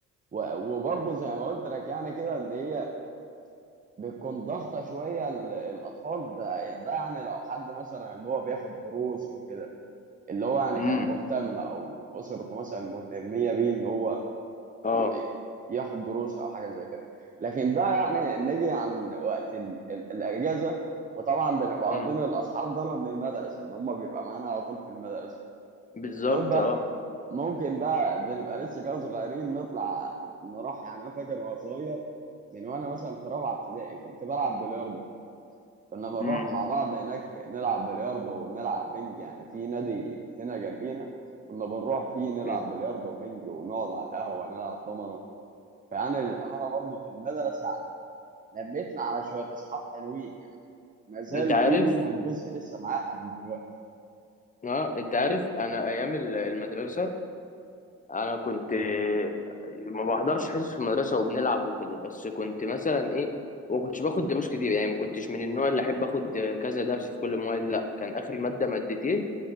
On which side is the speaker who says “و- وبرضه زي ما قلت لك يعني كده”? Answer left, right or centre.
Right